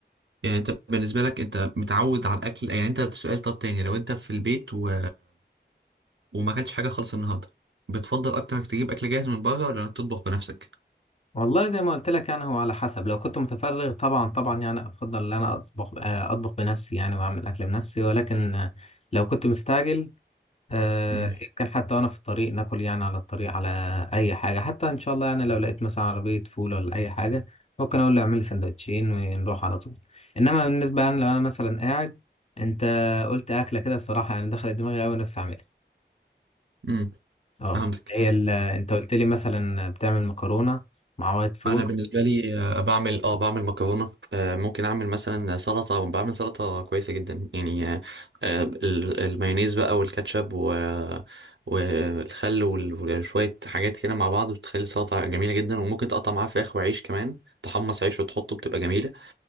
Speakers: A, on the right; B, on the left.
A: يعني انت بالنسبه لك انت متعود على الاكل يعني انت سؤال طب تاني لو انت في البيت و... وما اكلتش حاجه خالص النهارده بتفضل اكتر انك تجيب اكل جاهز من بره ولا انك تطبخ بنفسك
B: والله زي ما قلت لك يعني هو على حسب لو كنت متفرغ طبعا طبعا يعني افضل ان انا اطبخ آه، اطبخ بنفسي يعني واعمل اكل بنفسي ولكن آه، لو كنت مستعجل آه،
A: امم
B: يمكن حتى وانا في الطريق ناكل يعني على الطريق على اي حاجه حتى ان شاء الله يعني لو لقيت مثلا عربيه فول ولا اي حاجه ممكن اقول له اعمل لي سندوتشين ونروح على طول انما بالنسبه يعني لو انا مثلا قاعد انت قلت اكله كده الصراحه يعني دخلت دماغي قوي نفسي اعملها
A: امم
B: اه
A: فهمتك
B: هي ال- انت قلت لي مثلا بتعمل مكرونه مع وايت صوص
A: انا بالنسبه لي آه، بعمل اه بعمل مكرونه آه، ممكن اعمل مثلا سلطه بعمل سلطه كويسه جدا يعني آه، آه، ال- المايونيز بقى والكاتشب و والخل وال- وشويه حاجات كده مع بعض بتخلي السلطه جميله جدا وممكن تقطع معاها فراخ وعيش كمان تحمص عيش وتحطه بتبقى جميله